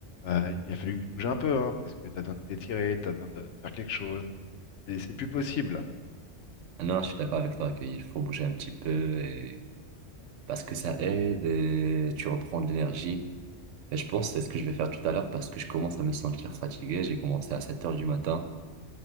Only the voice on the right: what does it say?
Non, je suis d'accord avec toi qu'il faut bouger un petit peu et... parce que ça aide et tu reprends de l'énergie. Et je pense que c'est ce que je vais faire tout à l'heure parce que je commence à me sentir fatigué. J'ai commencé à 7 heures du matin.